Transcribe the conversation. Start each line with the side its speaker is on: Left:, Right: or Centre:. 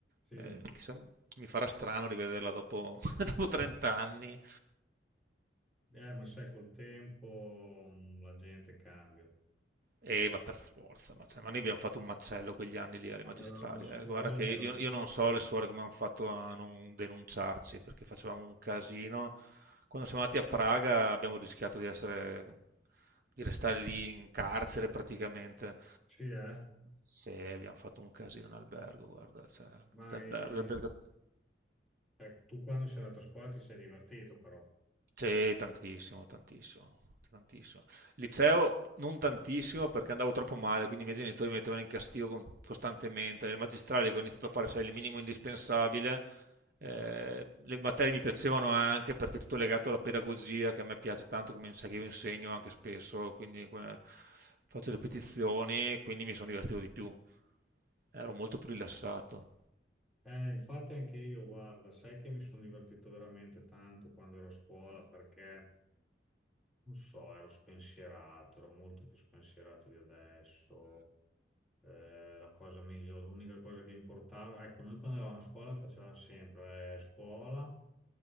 Centre: Sì,
Right: Eh, chissà, mi farà strano rivederla dopo, <laughs> dopo 30 anni.
Centre: eh, ma sai, col tempo mh, la gente cambia.
Right: Eh, ma per forza, ma, cioè, ma noi abbiamo fatto un macello quegli anni lì alle
Centre: Quando
Right: magistrali.
Centre: eravamo a scuola
Right: eh. Guarda che io,
Centre: era... tut-
Right: io non so le suore come hanno fatto a non denunciarci, perché facevamo un casino. Quando siamo andati a Praga abbiamo rischiato di essere, di restare lì in carcere praticamente.
Centre: Sì, eh?
Right: Se abbiamo fatto un casino in albergo, guarda, cioè,
Centre: Ma
Right: l'albergo,
Centre: eh,
Right: l'albergo.
Centre: eh, tu quando sei andato a scuola ti sei divertito però.
Right: Sì, tantissimo, tantissimo, tantissimo. Liceo non tantissimo perché andavo troppo male, quindi i miei genitori mi mettevano in castigo con- costantemente. Nel magistrale che ho iniziato a fare, sai, il minimo indispensabile, eh, le materie mi piacevano anche perché è tutto legato alla pedagogia che a me piace tanto, come sai che io insegno anche spesso, quindi come- faccio ripetizioni, quindi mi sono divertito di più, ero molto più rilassato.
Centre: Eh, infatti anche io, guarda, sai che mi sono divertito veramente tanto quando ero a scuola perché, non so, ero spensierato, ero molto più spensierato di adesso. Eh, la cosa migliore, l'unica cosa che importava, ecco, noi quando eravamo a scuola facevamo sempre eh, scuola